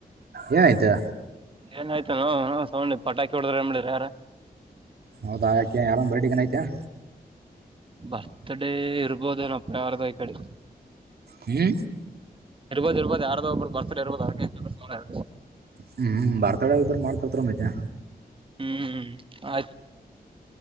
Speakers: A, on the right (about 75°); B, on the right (about 30°).
A: ಏನ್ ಆಯ್ತಾ
B: ಏನಾಯ್ತನೋ ಸೌಂಡ್ ಪಟಾಕಿ ಹೊಡಿದ್ರೇನ ಏನ್ ಮಾಡ್ಯಾರ ಯಾರ
A: ಹೌದಾ ಆಕ ಏನ್ ಯಾರನ ಬರ್ಡೆಗಿನ್ ಐತೆನ
B: ಬರ್ತ್ ಡೇ ಇರ್ಬೋದೇನಪ್ಪ ಯಾರದ ಈ ಕಡಿ
A: ಹ್ಮ
B: ಇರ್ಬೋದು ಇರ್ಬೋ ಯಾರೋ ಒಬ್ರು ಬರ್ತಡೆ ಇರ್ಬೋದು ಅದಕ್ಕೆ ಇಟ್ಟ ಹೊಲಸ ಮಾಡ್ಯರ
A: ಹ್ಮ್ ಬರ್ತಡೇ ಇದ್ರ ಮಾಡ್ತತರ ಮತೆ
B: ಹ್ಮ್ ಆಯ